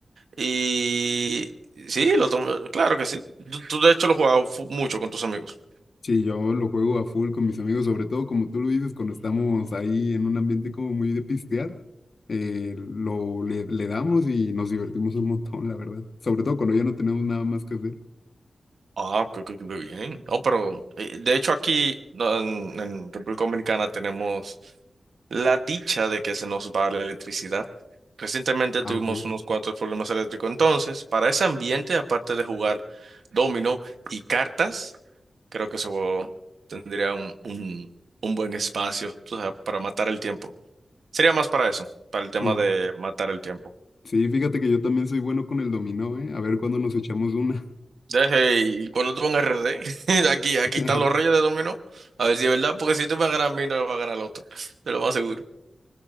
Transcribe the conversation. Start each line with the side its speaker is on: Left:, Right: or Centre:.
Right: Y sí, lo tomo- claro que sí. Tú, tú, de hecho lo jugabas fu- mucho con tus amigos.
Left: Sí, yo lo juego a full con mis amigos, sobre todo como tú lo dices, cuando estamos ahí en un ambiente como muy de pistear, eh, lo le, le damos y nos divertimos un montón, la verdad. Sobre todo cuando ya no tenemos nada más que hacer.
Right: Ah, qué, qué- qué bien. No, pero eh, de hecho aquí no, en, en República Dominicana tenemos la dicha de que se nos va la electricidad. Recientemente
Left: Ah,
Right: tuvimos
Left: ok.
Right: unos cuantos problemas eléctricos. Entonces, para ese ambiente, aparte de jugar dominó y cartas, creo que ese juego tendría un, un, un buen espacio, tú sabes, para matar el tiempo. Sería más para eso, para el tema
Left: Sí,
Right: de matar el tiempo.
Left: sí, fíjate que yo también soy bueno con el dominó, ¿eh? A ver cuándo nos echamos una.
Right: Deje, y cuando tú en RD, <laughs> aquí, aquí
Left: <laughs>
Right: están los reyes de dominó. A ver si es verdad, porque si tú me ganas a mí, no me va a ganar el otro. Te lo más seguro.